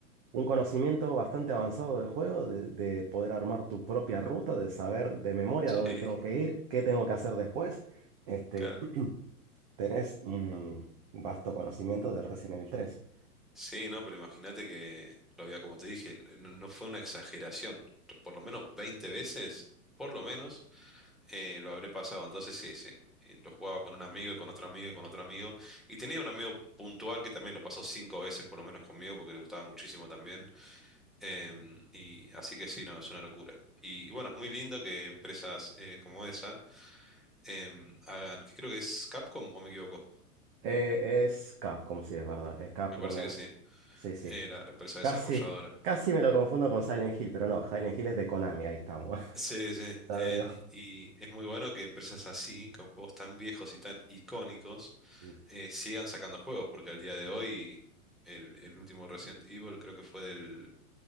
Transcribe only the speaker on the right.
un conocimiento bastante avanzado del juego, de, de poder armar tu propia ruta, de saber de memoria
dónde tengo que ir, qué tengo que hacer después. Este,
tenés un vasto conocimiento de Resident Evil tres.
Eh, es Capcom, sí, es verdad. Es Capcom.
Con el-
Sí, sí.
Casi, casi me lo confundo con Silent Hill, pero no, Silent Hill es de Konami, ahí estamos. <laughs>
Ya
digo.
Sí.